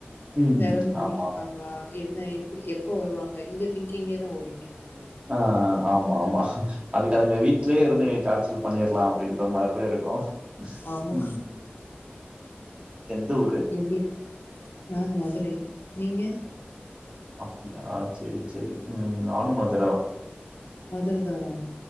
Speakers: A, on the right; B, on the left.
A: ம்
B: வேற எதுவு பண்ணிட்ருக்காங்களா
A: ஆமா
B: என்ன எப்டி எப்போ வருவாங்க இந்த திங்கிங்கே தா ஓடிட்ருக்கு மைண்ட்ல
A: ஆ ஆ ஆமா ஆமா அதுக்கு அதுங்க வீட்லேயே இருந்து டார்ச்சர் பண்ணிர்லா அப்டின்ற மாரிதா இருக்கு
B: ஆமா
A: ம் எந்த ஊரு
B: உங்ளுக்கு நாங்க மதுரை நீங்க
A: அப்டிதானா ஆ சேரி சேரி ம் நானு மதுர தா
B: மதுரதானா